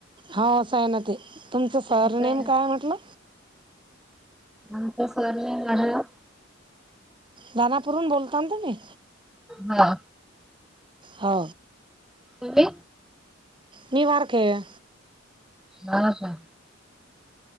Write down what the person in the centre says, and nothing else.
असं
आहे.
आमचं सरनेम आडनाव
हा
तरी
हो का,